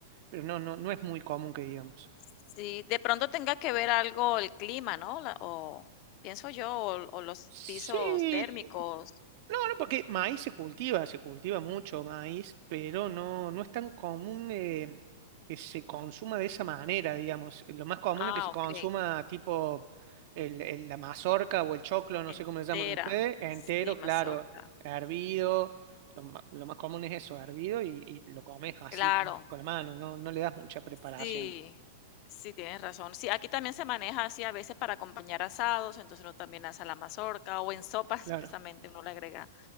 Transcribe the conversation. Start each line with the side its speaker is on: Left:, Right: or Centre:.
Right: pero no, no, no es muy común que digamos.
Left: Sí, de pronto tenga que ver algo el clima, ¿no? La- o pienso yo, o, o los
Right: Sí,
Left: pisos térmicos.
Right: No, no, porque maíz se cultiva, se cultiva mucho maíz, pero no, no es tan común eh, que se consuma de esa manera, digamos. Lo más común
Left: Ah,
Right: es que se consuma
Left: ok,
Right: tipo el, el- la mazorca o el choclo, no
Left: entera.
Right: sé cómo le llaman ustedes, entero,
Left: Sí, mazorca.
Right: claro, hervido. Lo, ma- lo más común es eso, hervido y, y lo comes así
Left: Claro.
Right: con la mano, no, no le das mucha preparación.
Left: Sí, sí, tienes razón. Sí, aquí también se maneja así a veces para acompañar asados, entonces uno también asa la mazorca o en sopas,
Right: Claro.
Left: <laughs> precisamente uno le agrega